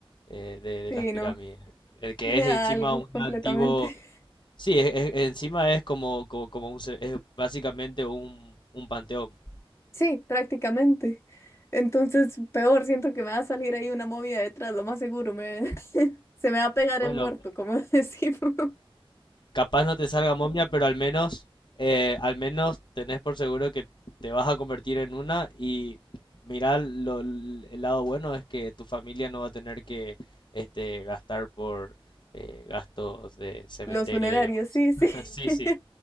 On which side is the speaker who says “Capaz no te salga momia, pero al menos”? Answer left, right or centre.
Left